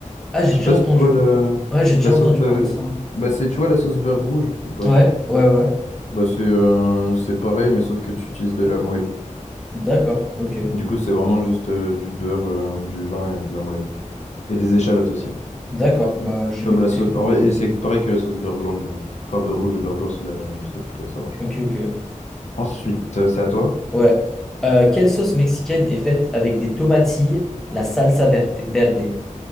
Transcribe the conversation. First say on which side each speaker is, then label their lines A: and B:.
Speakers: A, in the centre; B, on the left.
A: Ah, j'ai
B: Je
A: déjà
B: sais pas
A: entendu.
B: si tu vois le...
A: Ouais, j'ai déjà
B: la sauce.
A: entendu
B: euh,
A: parler de ça.
B: Bah, c'est, tu vois la sauce beurre rouge ou pas?
A: Ouais, ouais, ouais.
B: Bah, c'est euh, c'est pareil, mais sauf que tu utilises de la moelle.
A: D'accord, ok.
B: Du coup, c'est vraiment juste euh, du beurre, euh, du vin et de la moelle. Et des échalotes aussi.
A: D'accord, bah je
B: Comme
A: vais goûter.
B: la sauce. en vrai, et c'est pareil que la sauce beurre blanc, du coup. Enfin, beurre rouge et beurre blanc, c'est la même, mais ça, tu dois savoir, je
A: Ok,
B: pense.
A: ok.
B: Ensuite, euh, c'est à toi.
A: Ouais. Euh, quelle sauce mexicaine est faite avec des tomatilles, la salsa verte, verde?